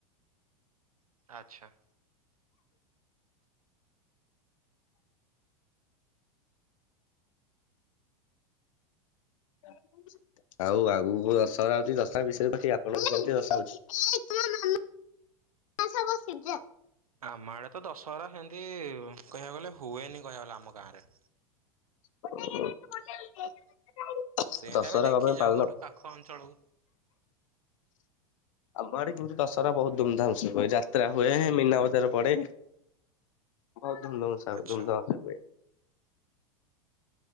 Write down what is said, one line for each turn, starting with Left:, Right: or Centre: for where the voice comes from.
Right: ଆଚ୍ଛା।
Left: <unintelligible> ଆଉ ଆଗୁକୁ ଦଶହରା ଆଉଚି, ଦଶହରା ବିଷୟରେ ବାକି ଆପଣଙ୍କୁ <unintelligible> ଆସ ବସିଯିଆ।
Right: ଆମ ଆଡେ ତ ଦଶହରା ସେମିତି କହିଆକୁ ଗଲେ ହୁଏନି କହିଆକୁ ଗଲେ ଆମ ଗାଁରେ।
Left: <unintelligible>
Right: ସେମିତି
Left: ଦଶହରା
Right: ଆମେ ଦେଖି
Left: କଣ ପାଇଁ
Right: ଯାଉ
Left: ପାଳୁନ?
Right: ଏଠୁ ପାଖ ଅଞ୍ଚଳକୁ
Left: ଆମ ଆଡେ କିନ୍ତୁ ଦଶହରା ବହୁତ ଧୁମଧାମ ସେ ହୁଏ, ଯାତ୍ରା ହୁଏ, ମୀନାବଜାର ପଡେ। ବହୁତ୍ ଧୁମଧୁମ ସା
Right: ଆଚ୍ଛା
Left: ଧୁମଧାମ ସେ ହୁଏ।